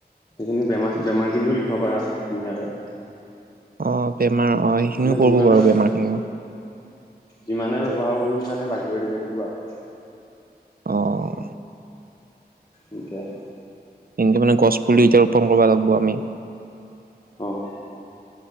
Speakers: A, on the left; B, on the right.
A: সেইখিনি বেমাৰ বেমাৰখিনিও লিখিব পাৰা ধুনীয়াকে
B: অ বেমাৰ অ সেইখিনিও
A: মানে
B: পৰিব
A: যিমানে
B: বাৰু বেমাৰ খিনিও
A: যিমানে ব্যৱহাৰ কৰোঁ সিমানে বাঢ়ি বাঢ়ি যাই থাকিব আৰু
B: অহ
A: এনেকে
B: এনেকে মানে গছ পুলি এতিয়া ৰোপণ কৰিব লাগিব আমি
A: অ